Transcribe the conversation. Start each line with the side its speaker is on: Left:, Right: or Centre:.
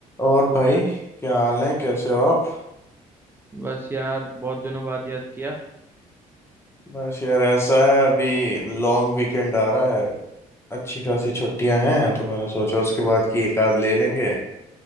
Left: और भाई क्या हाल है कैसे हो आप
Right: बस यार बहुत दिनों बाद याद किया
Left: बस यार ऐसा है अभी लॉन्ग वीकेंड आ रहा है अच्छी खासी छुट्टियां हैं तो मैंने सोचा उसके बाद की एक आध ले लेंगे